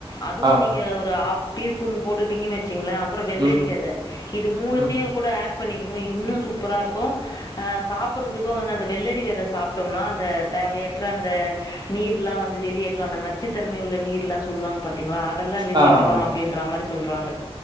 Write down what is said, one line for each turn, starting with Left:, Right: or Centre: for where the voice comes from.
Left: அதுவும்
Right: ஆ
Left: நீங்க ஒரு ஆ டீ ஸ்பூன் போட்டுட்டீங்கனு வச்சுங்களே அப்பறோ வெள்ளரி
Right: ம்
Left: வெத இது மூணுத்
Right: ம்
Left: கூட ஆட் பண்ணிக்கங்க இன்னு சூப்பரா இருக்கும் அ சாப்புடறதுக்கு வந்து அந்த வெள்ளரி வித சாப்டம்னா அந்த ஃ த தேவையற்ற அந்த நீருல்லா வந்து வெளியேற்று அந்த நச்சுத்தன்மை உள்ள நீர்லா சொல்லுவாங்க ப ங்களா அதெல்லா வெளியேற்றுவுறோ
Right: ஆ ஆமாம்
Left: அப்டின்ற மாரி சொல்றாங்க